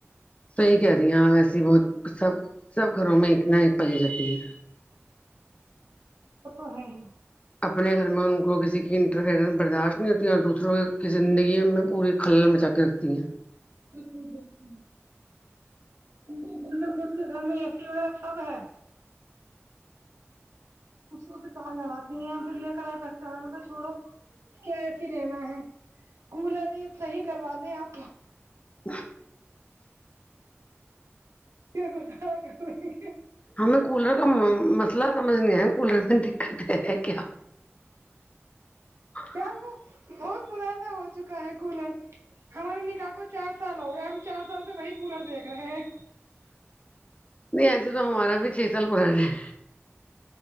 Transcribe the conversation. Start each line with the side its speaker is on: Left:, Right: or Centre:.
Left: صحیح کہہ رہی ہیں آپ و ایسیے بہت سب سب گھروں میں ایک نہ ایک پائی جاتی ہے
Right: وہ تو ہے ہی
Left: اپنے گھر میں ان کو کسی کی انٹرفیئرنس برداشت نہیں ہوتی اور دوسروں کی زندگی میں پوری ہلہ میں مچا کے رکھتی ہیں
Right: بالکل بالکل ان کے گھر میں خود کے گھر میں اے سی وغیرہ سب ہے اس وقت تو لڑاتی ہیں پھر لے کر آئے پیسے آ تو چھوڑو کیا اے سی لینا ہے کولر ہی صحیح کروا دیں آپ
Left: ہ
Right: کیا گزا کر رہے
Left: ہمیں کولر کا م مسئلہ سمجھ نہیں آ کولر میں دقت ہے کیا <inaudible>
Right: یار وہ بہت پرانا ہو چکا ہے کولر ہمارے نکاح کو چار سال ہو گئے ہم چار سال پہ وہی کولر دیکھ رہے ہیں
Left: نہیں ایسے تو ہمارا بھی چھ سال پرانا ہے